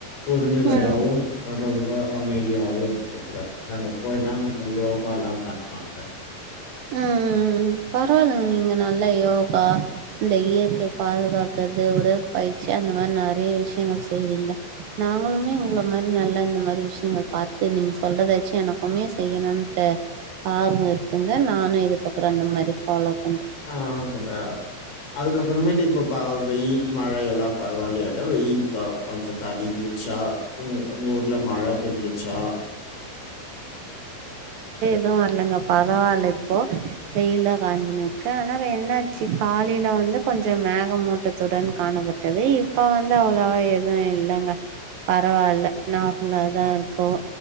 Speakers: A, on the left (about 75°); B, on the right (about 60°).
A: ஒரு நிலையாவவு
B: ம்
A: ரொம்ப அமைதியாகவு இருக்குங்க அங்க போனா நம்ம யோக் காலா பண்லாங்க
B: ம்ம்ம்ம் பரவால்லங்க நீங்க நல்லா யோகா இந்த இயற்கை பாதுகாக்கற்து உடற்பயிற்சி அந்த மாதுரி நறைய விஷ்யங்கள் செய்றீங்க நாங்களுமே உங்கள மாரி நல்லா இந்த மாரி விஷயங்கள் பார்த்து நீங்க சொல்றதாச்சு எனக்குமே செய்யணுன்ட்டு ஆர்வோ இருக்குங்க நானு இதுக்கப்புற அந்த மாதுரி ஃபாலோப்
A: அ அ அடா அதுக்கப்புறமேட்டு இப்ப பா வெய்யில் மழை எல்லா பரவால்லயாங்க வெய்யில் காவ் கொஞ்ச தடி திருச்சா ம் உங் ஊர்ல மழ பேஞ்சிருச்சா
B: து வர்லங்க பரவால்ல இப்போ வெயில் தான் காஞ்சினு இருக்கு ஆனா என்னாச்சு காலையில வந்து கொஞ்ச மேகமூட்டத்துடன் காணப்பட்டது இப்ப வந்து அவ்ளவா எதுவு இல்லங்க பரவால்ல நார்மலாதா இருக்கோ